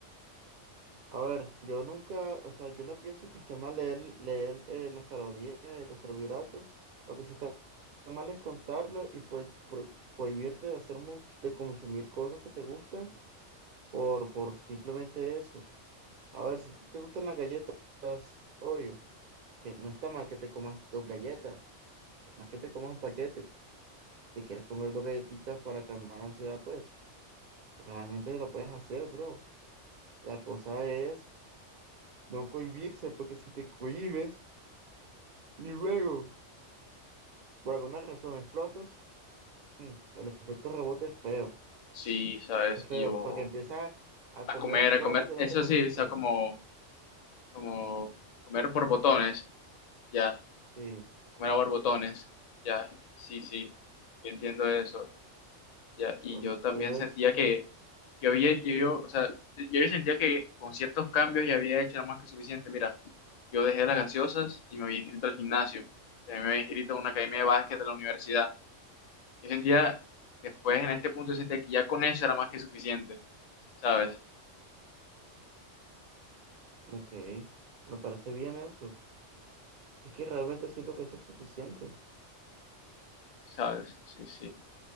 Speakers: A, on the right; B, on the left.
A: A ver, yo nunca, o sea, yo no pienso que esté mal leer, leer eh, las calorías y los carbohidratos. Lo que sí está mal es contarlo y pues pro- cohibirte de hacer mucho, de consumir cosas que te gustan por, por simplemente eso. A ver, si te gustan las galletas Oreo, que no está mal que te comas dos galletas, más que te comas un paquete. Si te quieres comer dos galletitas para calmar la ansiedad, pues realmente lo puedes hacer, bro. La cosa es No cohibirse, porque si te cohibes y luego por alguna razón explotas, mm, el efecto rebote es feo.
B: Sí, ¿sabes?
A: Es feo,
B: Y yo
A: porque empiezas a
B: a
A: comer
B: comer, a
A: todo
B: comer,
A: lo que
B: eso
A: no te comiste.
B: sí, o sea, como, como comer por botones, ya,
A: Sí,
B: comer a borbotones, ya, sí, sí, yo entiendo eso. Ya, y
A: entonces,
B: yo también sentía que yo había, yo, yo, o sea, yo, yo sentía que con ciertos cambios ya había hecho era más que suficiente. Mira, yo dejé las gaseosas y me había inscrito al gimnasio, también me había inscrito a una academia de básquet de la universidad. Yo sentía, después en este punto, yo sentía que ya con eso era más que suficiente, ¿sabes?
A: ok, me parece bien eso. Es que realmente siento que eso es suficiente.
B: ¿Sabes? Sí, sí.